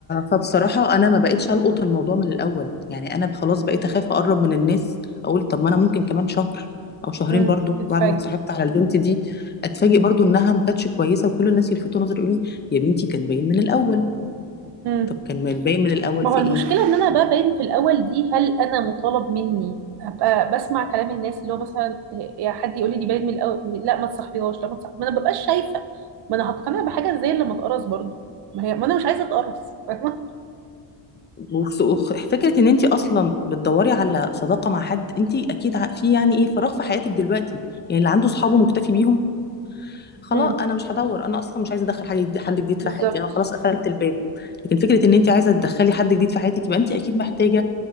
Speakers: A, on the left; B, on the right.
A: فبصراحه انا ما بقتش القط الموضوع من الاول يعني انا خلاص بقيت اخاف اقرب من الناس اقول طب ما انا ممكن كمان شهر او شهرين
B: امم
A: برضو
B: تتفاجئي
A: بعد ما اتصاحبت على البنت دي اتفاجئ برضو انها ما كانتش كويسه وكل الناس يلفتوا نظري يقولوا لي يا بنتي كان باين من الاول
B: امم
A: طب كان ما باين من الاول
B: ما
A: في
B: هو المشكلة
A: ايه
B: ان انا بقى باين في الاول دي هل انا مطالب مني ابقى بسمع كلام الناس اللي هو مثلا يا حد يقول لي دي باين من الاول لا ما تصاحبيهاش لا ما تصاحبيهاش ما انا ببقاش شايفة ما انا هقتنع بحاجة زي اللي ما اتقرص برضه ما هي ما انا مش عايزة اتقرص فاهمة
A: وفس- وخ- فكرة ان انت اصلا بتدوري على صداقة مع حد انت اكيد ع- في يعني ايه فراغ في حياتك دلوقتي يعني اللي عنده صحابه مكتفي بيهم خلاص
B: امم
A: انا مش هدور انا اصلا مش عايزة ادخل حاجة جديد- حد جديد
B: بالظبط
A: في حياتي انا خلاص قفلت الباب لكن فكرة ان انت عايزة تدخلي حد جديد في حياتك يبقى انت اكيد محتاجة